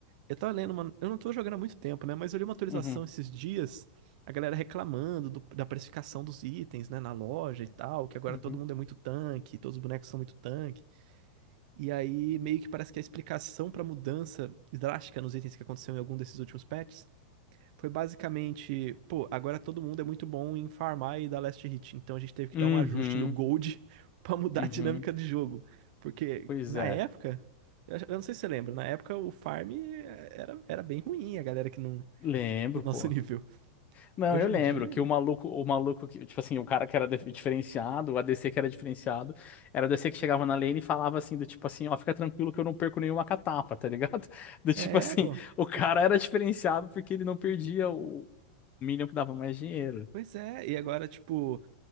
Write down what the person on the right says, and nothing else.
Eu tava lendo, mano. Eu não tô jogando há muito tempo, né? Mas eu li uma atualização
esses dias, a galera reclamando do- da precificação dos itens, né? Na loja e tal, que agora
todo mundo é muito tanque, todos os bonecos são muito tanque. E aí meio que parece que a explicação pra mudança drástica nos itens que aconteceu em algum desses últimos patches foi basicamente, pô, agora todo mundo é muito bom em farmar e dar last hit, então a gente teve que
dar um ajuste no gold <laughs> pra mudar
a dinâmica do jogo. Porque
na
época, eu acho- eu não sei se você lembra, na época o farm era, era bem ruim, a galera que não,
no nosso
<laughs> nível.
Hoje
em dia,
mano,
é,
pô.
Pois é, e agora, tipo,